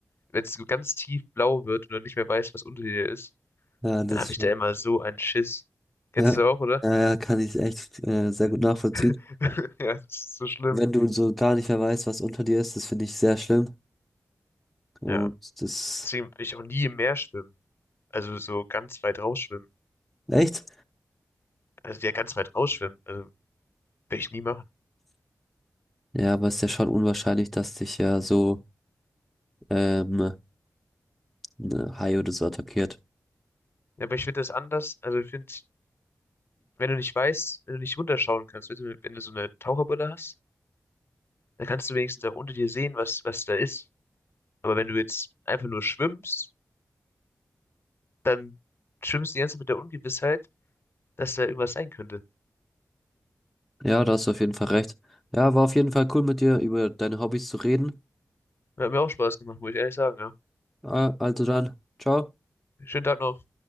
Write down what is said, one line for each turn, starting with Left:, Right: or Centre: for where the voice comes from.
Left: wenn es so ganz tief blau wird und du nicht mehr weißt, was unter dir ist,
Centre: ja, das
Left: dann habe ich
Centre: schon.
Left: da immer so einen Schiss. Kennst
Centre: Ja,
Left: du das auch, oder?
Centre: ja, ja, kann ich echt äh, sehr gut nachvollziehen.
Left: <laughs> Ja, das ist so schlimm.
Centre: Wenn du so gar nicht mehr weißt, was unter dir ist, das finde ich sehr schlimm. Und
Left: Ja,
Centre: das,
Left: deswegen will ich auch nie im Meer schwimmen. Also so ganz weit rausschwimmen.
Centre: echt?
Left: Also ja, ganz weit rausschwimmen. Also will ich nie machen.
Centre: Ja, aber ist ja schon unwahrscheinlich, dass dich ja so ähm, ein Hai oder so attackiert.
Left: Ja, aber ich finde das anders. Also ich finde, wenn du nicht weißt, wenn du nicht runterschauen kannst, weißt du, wenn du so eine Taucherbrille hast, dann kannst du wenigstens auch unter dir sehen, was, was da ist. Aber wenn du jetzt einfach nur schwimmst, dann schwimmst du die ganze Zeit mit der Ungewissheit, dass da irgendwas sein könnte.
Centre: Ja, da hast du auf jeden Fall recht. Ja, war auf jeden Fall cool mit dir über deine Hobbys zu reden.
Left: Hat mir auch Spaß gemacht, muss ich ehrlich sagen, ja.
Centre: Ah, Also dann, ciao.
Left: Schönen Tag noch.